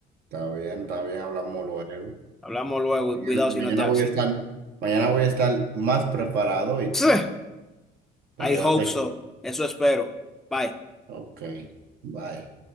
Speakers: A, on the right; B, in the centre.
A: Está bien, está bien. Hablamos luego.
B: Hablamos luego
A: Mañana
B: y cuidado si
A: mañana
B: no te...
A: voy
B: si-
A: a estar, mañana voy a estar más preparado, ¿oíste?
B: <laughs>
A: Para
B: I
A: que
B: hope
A: no te... equivoques.
B: so. Eso espero. Bye.
A: Ok. Bye.